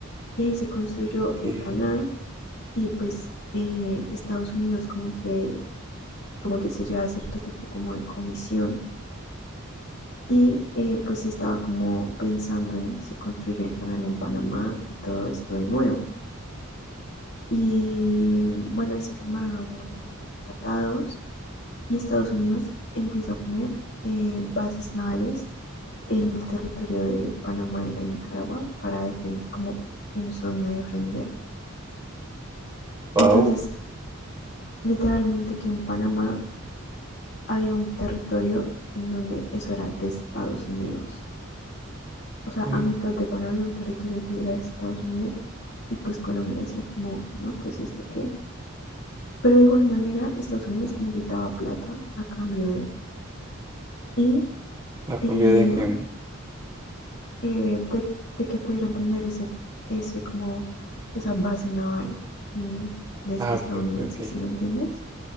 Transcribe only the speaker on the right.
Ok.
Wow,
Mm,
la cambié
de que.
Ah,
ok, ok, ok.